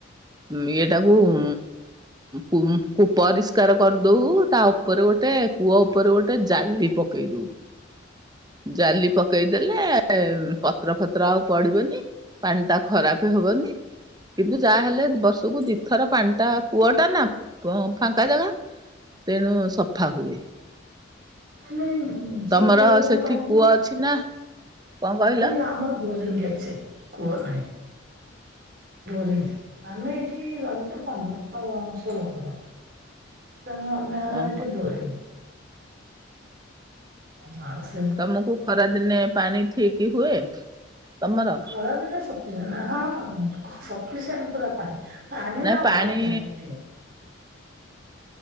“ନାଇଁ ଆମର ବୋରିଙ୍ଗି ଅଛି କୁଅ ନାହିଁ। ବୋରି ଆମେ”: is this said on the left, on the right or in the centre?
Right